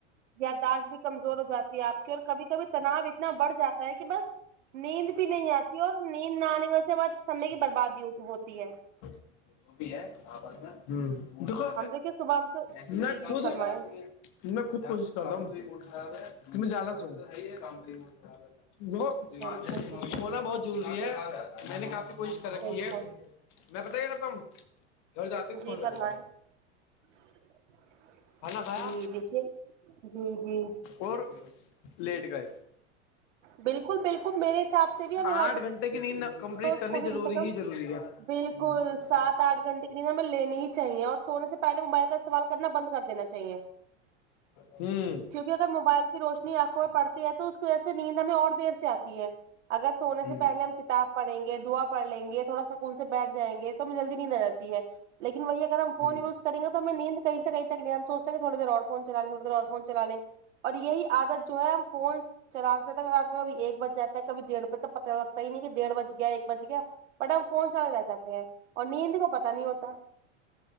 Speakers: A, on the right; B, on the left.
A: یاداشت بھی کمزور ہو جاتی ہے آپ کی اور کبھی کبھی تناؤ اتنا بڑھ جاتا ہے کہ بس نیند بھی نہیں آتی اور نیند نہ آنے کی وجہ سے سم کی بربادی ہو جاتی ہے <unintelligible>
B: وہ بھی ہے آپس میں <unintelligible> دیکھو
A: ہم دیکھیے صبح ہم سے
B: میں
A: جی جی
B: خود
A: فرمائیں
B: <unintelligible> میں خود کوشش کرتا ہوں جی میں زیادہ سو جاتا ہوں
A: بالکل بالکل
B: سونا بہت ضروری ہے میں نے کافی کوشش کر رکھی
A: بالکل
B: ہے <unintelligible> میں بتا کے رکھتا ہوں گھر جاتے ہی سونے
A: جی فرمائیں
B: لگ جاتا ہوں
A: <unintelligible>
B: کھانا کھایا
A: جی دیکھیے جی جی
B: اور پھر لیٹ گئے <unintelligible>
A: بالکل بالکل میرے حساب سے بھی ہمیں ہر
B: آٹھ گھنٹے کی نیند <unintelligible> نیند کمپلیٹ
A: روز
B: کرنی
A: کوشش
B: ضری
A: کم سے کم
B: ہی ضروری ہے <unintelligible>
A: بالکل سات آٹھ گھنٹے نیند ہمیں لینی ہی چاہیے اور سونے سے پہلے موبائل کا استعمال کرنا بند کر دینا چاہیے <unintelligible>
B: جی <unintelligible>
A: کیونکہ اگر موبائل کی روشنی آنکھوں میں پڑتی ہے تو اس کی وجہ سے نیند ہمیں اور دیر سے آتی ہے اگر سونے
B: ہوں
A: سے پہلے ہم کتاب پڑھیں گے دعا پڑھ لیں گے تھوڑا سکون سے بیٹھ جائیں گے تو جلدی ند آ جاتی ہے لیکن وہی اگر ہم فون
B: ہوں
A: یوز کرے کریں گے تو ہمیں نیند کہیں سے کہئی تک نہیں اتی ہم سچتے ہے تھوڑی دیر اور تھوڑی دیر اور تھوڑی دیر اور فون چلا لے اور یہی عادت جو ہے ہم فون چلاتے چلتے کبھی ایک بج جاتا ہے کبھی ڈڑھ بجے ت پتا لگتا ہی نہیں کہ ڈیڑھ بج گیا ایک بج گیا بٹ ہم فون چلے رہ جاتے ہیں اور نیند کو پتا نہیں ہوتا